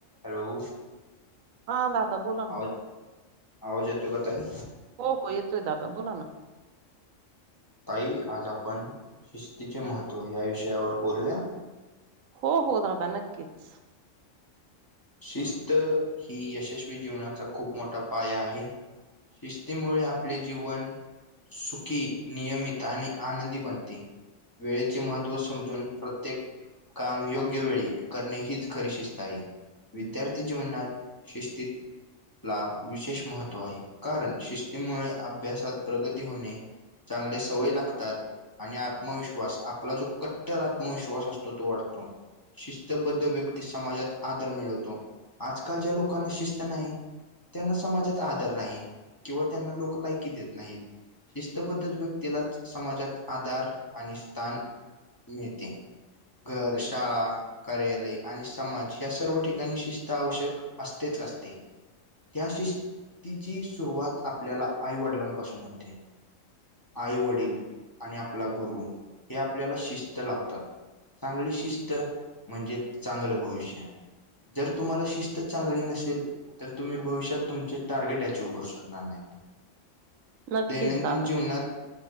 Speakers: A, on the left; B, on the right.
A: Hello!
B: हां दादा बोला ना!
A: आवाज आवाज येतो का ताई?
B: हो हो, येतोय दादा बोला ना.
A: ताई आज आपण शिस्तीचे महत्त्व या विषयावर बोलूया?
B: हो हो, दादा नक्कीच.
A: शिस्त ही यशस्वी जीवनाचा खूप मोठा पाया आहे. शिस्तीमुळे आपले जीवन सुखी, नियमित आणि आनंदी बनते. वेळेचे महत्त्व समजून प्रत्येक काम योग्य वेळी करणे हीच खरी शिस्त आहे. विद्यार्थी जीवनात शिस्तीत ला विशेष महत्त्व आहे, कारण शिस्तीमुळे अभ्यासात प्रगती होणे चांगले सवय लागतात आणि आत्मविश्वास आपला जो कट्टर आत्मविश्वास असतो तो वाढतो. शिस्तबद्ध व्यक्ती समाजात आदर मिळवतो आजकालच्या लोकांना शिस्त नाही. त्यांना समाजात आदर नाही किंवा त्यांना लोकं लायकी देत नाहीत. शिस्तबद्धत व्यक्तीलाच समाजात आधार आणि स्थान मिळते. घर शाळा कार्यालय आणि समाज या सर्व ठिक कारण शिस्त आवश्यक असतेच असते. त्या शिस्तीची सुरुवात आपल्याला आईवडिलांपासून होते. आई वडील आणि आपला गुरु हे आपल्याला शिस्त लावतात. चांगली शिस्त म्हणजे चांगलं भविष्य. जर तुम्हाला शिस्त चांगली नसेल. तर तुम्ही भविष्यात तुमचे टार्गेट अचीव करू शकणार नाही.
B: नक्कीच
A: दैनंदिन
B: दादा
A: जीवनात.